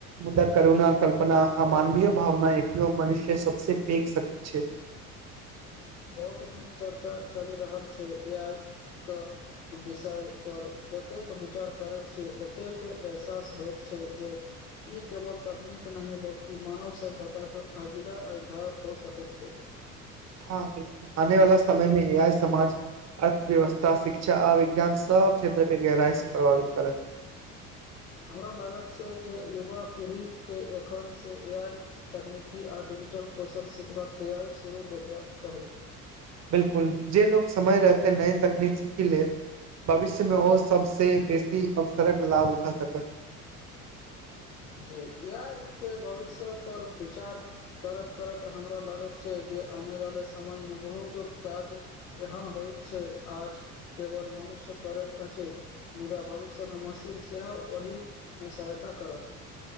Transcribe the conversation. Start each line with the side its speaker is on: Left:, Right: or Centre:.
Right: मुदा करुण कल्पना आ मानवीय भावना एखनहूँ मनुष्य सबसे पैघ शक्ति छै
Left: बहुत नीक चर्चा चलि रहल छै ए आइ कऽ विषय पर जतेक विचार करैत छी ओतेक एहसास होइत छै जे ई केवल तकनीक नहि बल्कि मानव सभ्यताक अगिला अधार होइ सकैत छै
Right: हाँ बिल्कुल आने वाला समय मे ए आइ समाज अर्थव्यवस्था शिक्षा आ विज्ञान सब क्षेत्र के गहराई से प्रभावित करत
Left: हमरा लागैत छै जे युवा पीढ़ीकेँ एखनसँ ए आइ तकनीकी आ डिजिटल कौशल सिखबाक तैयार शुरू देखबाक चाहि
Right: बिलकुल जे लोक समय रहते नये तकनीक सीखी लेत भविष्यमे ओहो सबस बेस- ई अब सड़क लाभ उठा सकैत
Left: जी एआई के भविष्य पर विचार करत करत हमरा लागैत छै जे आने वाले समयमे बहुत काज एहन होइ छै आज केवल मनुष्य करैत अछि मुदा भविष्यमे मशीन सेहो ओहिमे सहायता करत